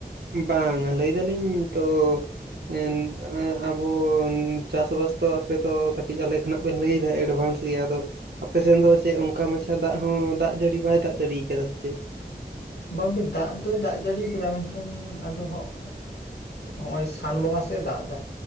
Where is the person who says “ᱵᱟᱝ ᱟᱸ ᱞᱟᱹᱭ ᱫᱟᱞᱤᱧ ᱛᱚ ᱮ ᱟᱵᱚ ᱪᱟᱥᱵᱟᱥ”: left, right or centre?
Right